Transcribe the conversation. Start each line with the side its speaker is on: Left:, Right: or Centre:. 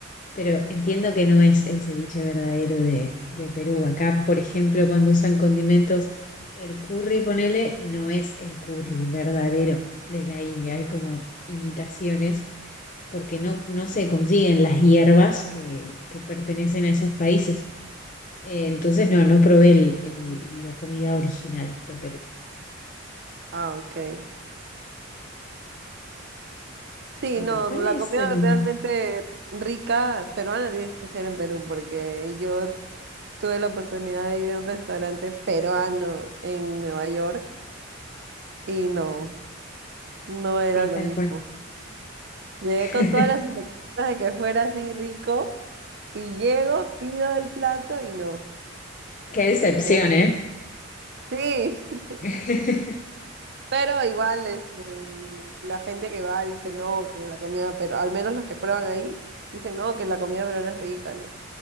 Left: pero entiendo que no es el ceviche verdadero de, de Perú. Acá, por ejemplo, cuando usan condimentos, el curry, ponele, no es el curry verdadero de la India. Hay como imitaciones porque no, no se consiguen las hierbas que, que pertenecen a esos países. Eh, entonces, no, no probé el- el- la comida original de Perú.
Right: Ah, ok. Sí,
Left: Ok,
Right: no,
Left: ¿cuál
Right: la
Left: es
Right: comida
Left: el...?
Right: realmente rica peruana tienes que ser en Perú, porque yo tuve la oportunidad de ir a un restaurante peruano en Nueva York y no, no era
Left: Sí,
Right: lo
Left: tal
Right: mismo.
Left: cual.
Right: Llegué
Left: <laughs>
Right: con todas las expectativas de que fuera así rico. Y llego, pido el plato y no.
Left: Qué decepción,
Right: no es-
Left: ¿eh?
Right: Sí, <laughs>
Left: <laughs>
Right: pero igual este, la gente que va dice no, que la comida, pero al menos los que prueban ahí dicen no, que la comida peruana es rica, ¿no?